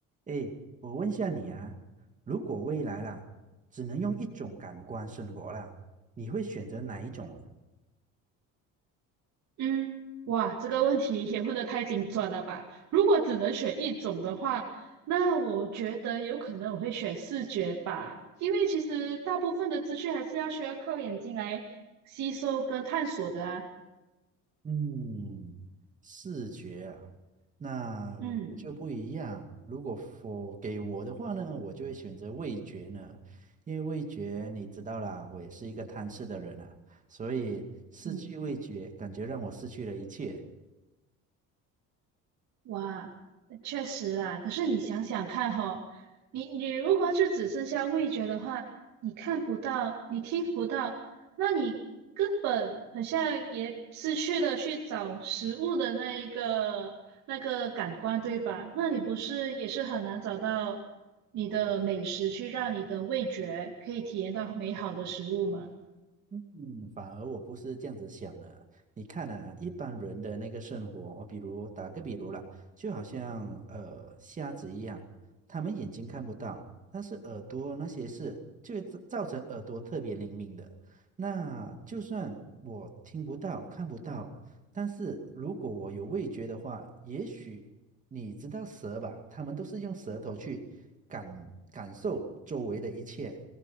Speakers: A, on the right; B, on the right.
A: 哎，我问下你啊，如果未来啦，只能用一种感官生活啦，你会选择哪一种啊
B: 嗯，哇，这个问题也问得太精准了吧？如果只能选一种的话，那我觉得有可能我会选视觉吧，因为其实大部分的资讯还是要需要靠眼睛来吸收跟探索的啊。
A: 嗯，视觉啊，那如果就不一样。
B: 嗯。
A: 如果我给我的话呢，我就会选择味觉呢，因为味觉你知道啦，我也是一个贪吃的人啊，所以失去味觉，
B: 嗯
A: 感觉让我失去了一切。
B: 哇，确实啦。可是你想想看吼，你你如果就只剩下味觉的话，你看不到，你听不到，那你根本好像也失去了去找食物的那一个那个感官，对吧？那你不是也是很难找到你的美食去让你的味觉可以体验到美好的食物吗？
A: 嗯，反而我不是这样子想的啊。你看啊，一般人的那个生活，我比如打个比如啦，就好像呃瞎子一样，他们眼睛看不到，但是耳朵那些是就会造造成耳朵特别灵敏的。那就算我听不到、看不到，但是如果我有味觉的话，也许你知道蛇吧，他们都是用舌头去感感受周围的一切。